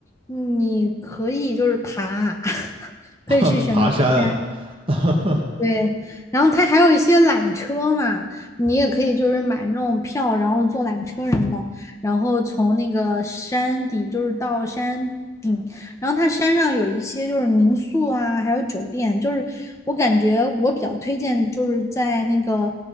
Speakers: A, on the left; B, on the right.
A: 你可以就是爬，<laughs> 可以去选择爬山。
B: <laughs> 啊，去爬山，<laughs>
A: 对，然后它还有一些缆车嘛，你也可以就是买那种票，然后坐缆车什么的，然后从那个山底就是到山，然后它山上有一些就是民宿啊，还有酒店，就是我感觉我比较推荐就是在那个